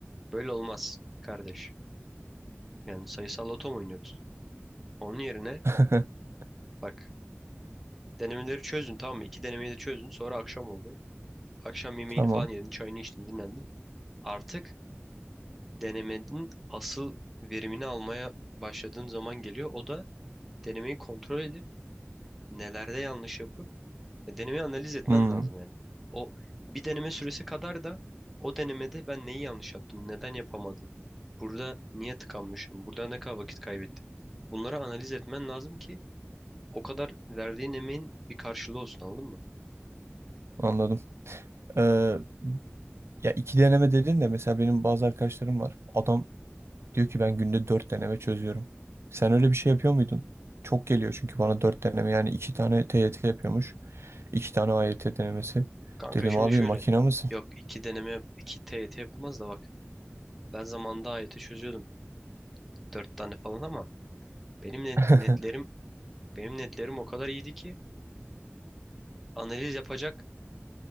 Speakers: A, in the centre; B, on the right.
A: Böyle olmaz kardeş. Yani sayısal loto mu oynuyoruz? Onun yerine
B: <laughs>
A: bak denemeleri çözdün tamam mı? İki denemeyi de çözdün. Sonra akşam oldu. Akşam yemeğini
B: Tamam.
A: falan yedin. Çayını içtin dinlendin. Artık denemenin asıl verimini almaya başladığın zaman geliyor. O da denemeyi kontrol edip nelerde yanlış yapıp E, Denemeyi analiz etmen
B: Hmm.
A: lazım yani. O bir deneme süresi kadar da o denemede ben neyi yanlış yaptım, neden yapamadım, burada niye tıkanmışım, burada ne kadar vakit kaybettim. Bunları analiz etmen lazım ki o kadar verdiğin emeğin bir karşılığı olsun anladın mı?
B: Anladım. Ee, ya iki deneme dedin de mesela benim bazı arkadaşlarım var. Adam diyor ki ben günde dört deneme çözüyorum. Sen öyle bir şey yapıyor muydun? Çok geliyor çünkü bana dört deneme yani iki tane TYT yapıyormuş. İki tane AYT denemesi.
A: Kanka
B: Dedim
A: şimdi
B: abi
A: şöyle,
B: makina mısın?
A: yok iki deneme, yap- iki TYT yapılmaz da bak ben zamanında AYT çözüyordum. Dört tane falan ama benim ne-
B: <laughs>
A: netlerim, benim netlerim o kadar iyiydi ki analiz yapacak